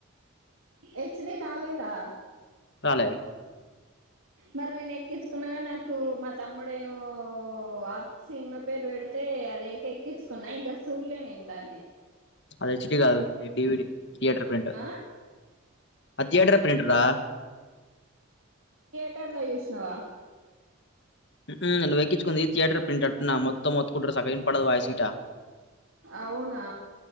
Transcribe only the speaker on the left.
రాలే
అది హెచ్డి కాదు అ డివిడి థియేటర్ ప్రింట్
ఆ థియేటర్ ప్రింట రా
ను <unintelligible> ఉంది థయేటర్ ప్రిట్ మొత్తం మత్తుకుంట సకం పద వయసుట్ <unintelligible> ఆ